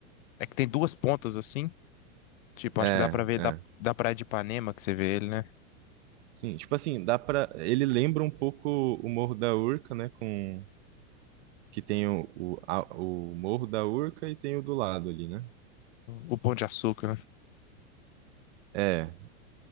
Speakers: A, on the left (about 70°); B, on the right (about 55°).
A: é que tem duas pontas assim. Tipo,
B: É,
A: acho que dá pra ver
B: é.
A: da, da Praia de Ipanema que você vê ele, né?
B: Sim, tipo assim, dá pra. Ele lembra um pouco o Morro da Urca, né? Com, que tem o, o, a- o Morro da Urca e tem o do lado ali, né?
A: O Pão de Açúcar, né?
B: É,